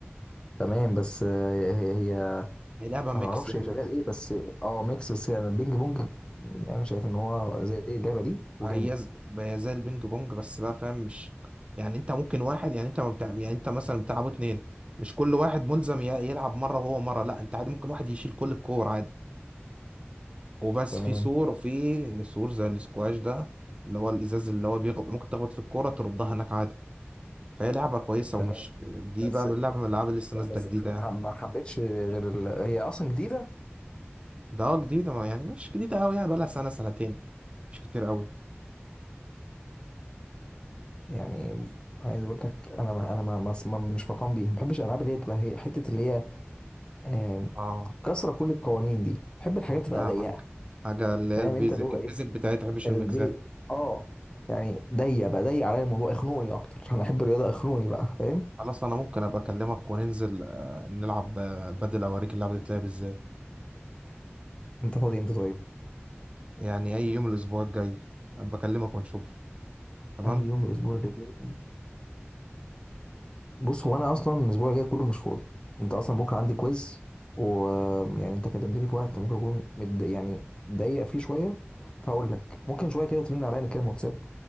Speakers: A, on the left (about 20°); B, on the right (about 25°).
A: تمام بس آه، هي هي
B: هي لعبه ميكس
A: انا ما اعرفش
B: يعني
A: هي شغال ايه بس اه ميكس بس يعني البينج بونج يعني شايف ان هو زي اللعبه دي وجامد
B: هي ز- هي زي البينج بونج بس بقى فاهم مش يعني انت ممكن واحد يعني انت ما بتاع... يعني انت مثلا بتلعبوا اتنين مش كل واحد ملزم ي- يلعب مره وهو مره لا انت عادي ممكن واحد يشيل كل الكور عادي وبس
A: تمام
B: في سور وفي سور زي الاسكواش ده اللي هو الازاز اللي هو بيغب... ممكن تخبط في الكوره تردها هناك عادي فهي لعبة كويسة
A: تمام
B: ومش دي
A: بس
B: بقى من اللعبة من الألعاب اللي لسه نازلة
A: بس
B: جديدة
A: ما
B: يعني
A: ما حبيتش غير ال... هي اصلا جديده
B: ده اه جديدة ما يعني مش جديدة أوي يعني بقالها سنة سنتين مش كتير أوي
A: يعني عايز اقول لك انا ما انا ما ما ما- مش فرحان بيها ما بحبش الالعاب اللي هي تبقى هي حته اللي هي آم،
B: اه
A: كسره كل القوانين دي بحب الحاجات
B: أنا فاهمك
A: تبقى ضيقه
B: حاجة اللي هي
A: فاهم
B: البيزك
A: انت اللي هو
B: البيزك
A: ايه
B: بتاعتها مش
A: البيت
B: الميكسات
A: اه يعني ضيق بقى ضيق عليا الموضوع اخنوني اكتر انا احب الرياضه اخنوني بقى فاهم
B: خلاص أنا ممكن أبقى أكلمك وننزل آه، نلعب آه، بدل أوريك اللعبة دي بتلعب إزاي
A: انت فاضي امتى طيب
B: يعني أي يوم الأسبوع الجاي أبقى أكلمك ونشوف تمام
A: اي يوم الاسبوع اللي جاي بص هو انا اصلا الاسبوع الجاي كله مش فاضي انت اصلا بكره عندي كويز ويعني انت كلمتني في وقت ممكن اكون مد... يعني ضيق فيه شويه فهقول لك ممكن شويه كده ترن عليا نتكلم واتساب